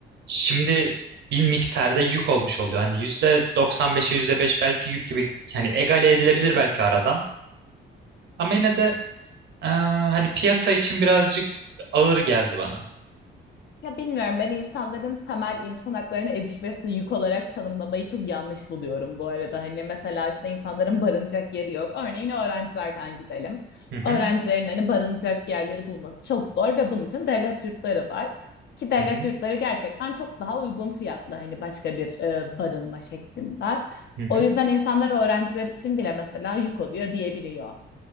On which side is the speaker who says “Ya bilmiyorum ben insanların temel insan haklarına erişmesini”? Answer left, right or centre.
Left